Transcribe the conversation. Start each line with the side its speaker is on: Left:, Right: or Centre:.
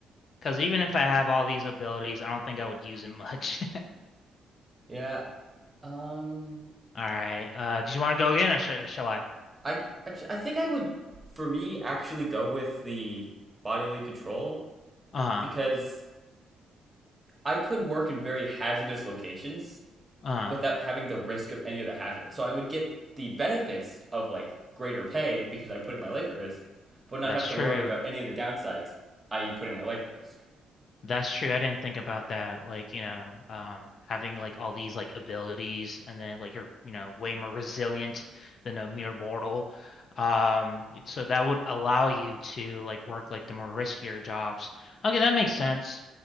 Left: Because even if I have all these abilities, I don't think I would use it <laughs> much.
Right: Yeah. Um,
Left: All right. Uh, do you want to go again, or sh shall I?
Right: I actually I think I would for me actually go with the bodily control
Left: Uh-huh.
Right: because I could work in very hazardous locations
Left: Uh-huh.
Right: without having the risk of any of the hazards. So I would get the benefits of like greater pay because I'm putting my life at risk, but not
Left: That's
Right: have
Left: true.
Right: to worry about any of the downsides, i.e., putting my life at risk.
Left: That's true. I didn't think about that. Like, you know, um, having like all these like abilities and then like you're, you know, way more resilient than a mere mortal. Um, so that would allow you to like work like the more riskier jobs. Okay, that makes sense.